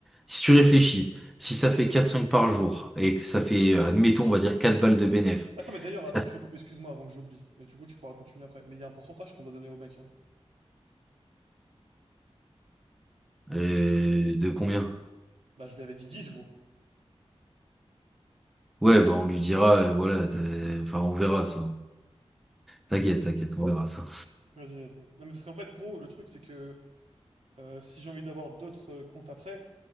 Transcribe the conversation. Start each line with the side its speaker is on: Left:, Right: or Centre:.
Centre: Si tu réfléchis, si ça fait quatre cinq par jour, et que ça fait, euh, admettons, on va dire 4 balles de bénéf,
Right: Attends, mais d'ailleurs,
Centre: ça
Right: attends,
Centre: fait,
Right: je te coupe. Excuse-moi avant que j'oublie. Mais du coup, tu pourras continuer après. Mais il y a un pourcentage qu'on doit donner au mec. Hein.
Centre: euh, de combien?
Right: Bah, je lui avais dit dix gros.
Centre: Ouais, bah, on lui dira, euh, voilà, t'as- enfin, on verra ça. T'inquiète, t'inquiète, on verra ça.
Right: Vas-y, vas-y. Non mais parce qu'en fait, gros, le truc c'est que euh, si j'ai envie d'avoir d'autres euh, comptes après,